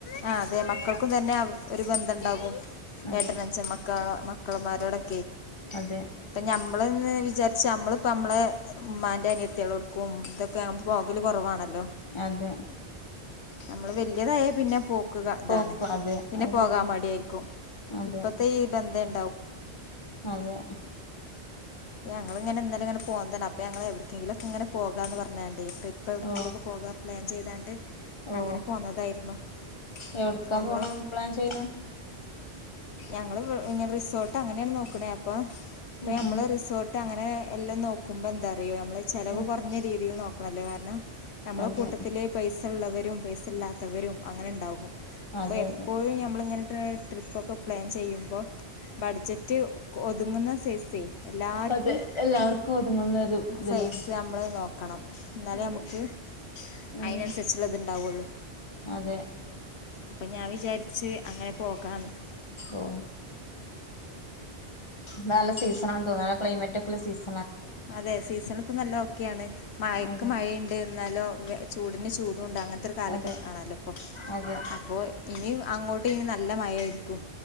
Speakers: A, on the left; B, on the left.
A: ആ അതെ മക്കൾക്കും തന്നെ ഒരു ബന്ധംണ്ടാകും
B: അതെ
A: ഏട്ടനച്ൻ മക്കള മക്കളൾമാരോടെ
B: അതെ
A: ഇപ്പ ഞമ്മൾന്ന് വിചാരിച്ച നമ്മളിപ്പ നമ്മളെ ഉമ്മാന്റെ അനിയത്കൾ എടുക്കും ഇതൊക്കെ പോകല് കുറവാണ ല്ലോ
B: അതെ
A: നമ്മള് വ വല്ലിയതായ പിന്നെ പോ ക്ക് ഇതാണ്
B: പോക്ക് അതെ
A: പിന്നെ
B: അത്
A: പോകാൻ
B: ശരിയാ
A: മഡ്യായിരിക്കും
B: അതെ
A: ഇപ്പത്തെ ഈ ബന്ധൻ
B: അതെ
A: ഞങ്ങള്ങ്ങനെന്നലെ പോന്നതാണ് അപ്പൊ ഞങ്ങള് എവിടേക്കെങ്കിലും ഒക്കെ ഇങ്ങനെ പോകാന്ന്‌ പറഞ്ഞാണ്ടേ ട്രി ഇപ്പ എവിടെക്കെങ്കിലൊക്ക
B: ഓ
A: പോകാ പ്ലാൻ ചെയ്താണ്ട്
B: ഓ
A: അങ്ങനെ പോന്നതായിരുന്നു
B: എവിടക്കാ
A: അപ്പ നമ്മള്
B: പോണം പ്ലാൻ ചെയ്യണെ
A: ഞങ്ങള് വ് ഇങ്ങ റിസോർട്ട് അങ്ങനാണ് നോക്ണേ അപ്പൊ അപ്പ
B: ഉം
A: ഞമ്മള്
B: ഉം
A: റിസോ ട്ട് അങ്ങനെ എല്ലും നോക്കുമ്പോ എന്താ അല്ലങ്കിലും നമ്മളത് ചെലവ്
B: ഉം
A: കുറഞ്ഞ രീതിയിൽ നോ ക്ക്ണല്ല കാരണം നമ്മളെ
B: അതെ
A: കൂട്ടത്തില് പൈസ് സള്ളവരും പൈസല്ലാത്തവരും അങ്ങനെ ഇണ്ടാകും. അപ്പൊ
B: അതെ
A: എപ്പോഴും
B: അതെ
A: ഞമ്മളിങ്ങനെ <unintelligible> ട്രിപ്പൊക്കെ പ്ലാൻ ചെയ്യുമ്പം ബഡ്ജറ്റ് ഒതുങ്ങുന്ന സൈസേ എല്ലാര്ക്കും
B: അതെ എല്ലാവർക്കും ഒതുങ്ങുന്ന ഒരു ഇതില്ലേ
A: സൈസ് നമ്മള് നോക്കണം എന്നാലേ
B: അതെ
A: നമുക്ക്
B: അതെ
A: അയിനന്നുസരിച്ചുള്ളത്ണ്ടാവൊള്ളു
B: അതെ
A: അപ്പൊ ഞാൻ വിചാരിച്ച് അങ്ങനെ പോകാന്ന്‌
B: ഓ ഇന്നല്ലേ സീസനാണ് തോന്ന്‌ണു ക്ലൈമറ്റൊക്കള്ള സീസ
A: അതെ സീസൺല് ഇപ്പൊ നല്ല ഓക്കെ ആണ്. മയക്
B: അതെ
A: മയേണ്ട് ന്നാലോ വെ ചൂടിന് ചൂടുണ്ട് അങ്ങനത്തൊരു കാലൊക്കെ
B: അതെ
A: ആണല്ലോ ഇപ്പൊ
B: അതെ
A: അപ്പോ ഇനി വ അങ്ങോട്ട് ഇനി നല്ല മഴായിരിക്കും